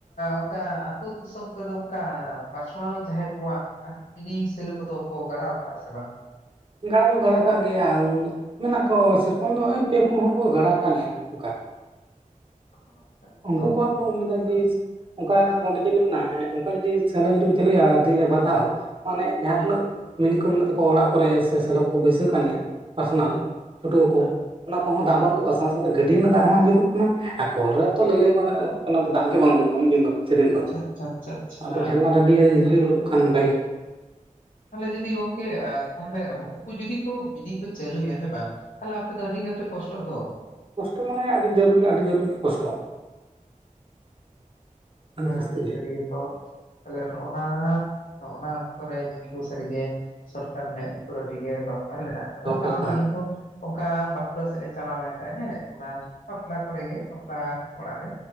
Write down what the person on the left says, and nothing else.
ᱚᱱᱠᱟ ᱟᱹᱛᱩ ᱫᱤᱥᱚᱢ ᱠᱚᱫᱚ ᱚᱱᱠᱟ ᱯᱟᱨᱥᱚᱱᱟᱞ ᱡᱟᱦᱟᱸᱭ ᱠᱚᱣᱟᱜ ᱢᱤᱱᱤ ᱥᱮᱞᱳ ᱠᱚᱫᱚ ᱠᱚ ᱜᱟᱰᱟᱣ ᱟᱠᱟᱫᱼᱟ ᱥᱮ ᱵᱟᱝ
<inaudible>
ᱛᱚ
ᱦᱮᱸ
ᱦᱮᱸ
ᱦᱮᱸ
ᱦᱮᱸ
ᱚ
ᱟᱪᱪᱷᱟ
ᱟᱪᱪᱷᱟ ᱟᱪᱪᱷᱟ ᱟᱪᱪᱷᱟ
ᱛᱟᱦᱚᱞᱮ ᱡᱩᱫᱤ ᱜᱚᱝᱠᱮ ᱛᱟᱦᱚᱞᱮ ᱩᱱᱠᱩ ᱡᱩᱫᱤ ᱠᱚ ᱢᱤᱱᱤ ᱤ ᱠᱚ ᱪᱟᱹᱞᱩᱭᱟ ᱦᱮᱸ ᱵᱟᱝ ᱛᱟᱦᱚᱞᱮ ᱟᱯᱮ ᱫᱚ ᱟᱹᱰᱤ ᱜᱮᱯᱮ ᱠᱚᱥᱴᱚᱜ ᱫᱚ
ᱠᱟᱛᱷᱟ
ᱠᱟᱱ
ᱜᱮᱭᱟ ᱥᱟᱹᱨᱤ ᱜᱮ ᱛᱚ ᱛᱟᱦᱚᱞᱮ ᱱᱚᱜ ᱚᱱᱟ ᱱᱚᱜᱱᱟ ᱚᱠᱛᱚ ᱨᱮ ᱠᱤᱱᱛᱩ ᱥᱟᱹᱨᱤ ᱜᱮ ᱥᱚᱨᱠᱟᱨ ᱢᱮᱫ ᱞᱩᱛᱩᱨ ᱟᱹᱰᱤ ᱜᱮ ᱫᱚᱨᱠᱟᱨ ᱢᱮᱱᱟᱜ-ᱟ
ᱠᱟᱨᱚᱱ
ᱟᱞᱮ ᱦᱚ ᱚᱱᱠᱟ ᱵᱟᱸᱠᱩᱲᱟ ᱥᱮᱫ ᱞᱮ ᱪᱟᱞᱟᱣ ᱞᱮᱱ ᱛᱟᱦᱮ ᱦᱮ ᱚᱱᱟ ᱵᱟᱯᱞᱟ ᱠᱚᱨᱮ ᱜᱮ ᱵᱟᱯᱞᱟ ᱚᱲᱟᱜ ᱨᱮ